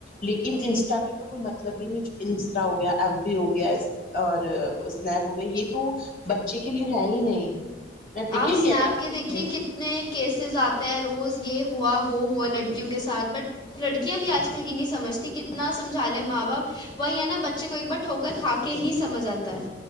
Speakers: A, on the left; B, on the left.
A: لیکن
B: جی
A: انسٹا پہ تو کوئی مطلب ہی نہیں چکا انسٹا ہو گیا ایف بی ہو گیا اور اسنیپ ہو گیا یہ تو بچے کے لیے ہے ہی نہیں نہ ٹھیک
B: آپ
A: ہے یہ
B: اسنیپ
A: آپ
B: کے دیکھیے کتنے کیسز آتے ہیں روز یہ ہوا وہ ہوا لڑکیوں کے ساتھ بٹ لڑکیاں بھی آج کل کی نہیں سمجھتی کتنا سمھا لے ماں باپ وہی ہے نا بچے کو ایک بار ٹوک کر کھا کے ہی سے سمجھ آتا ہے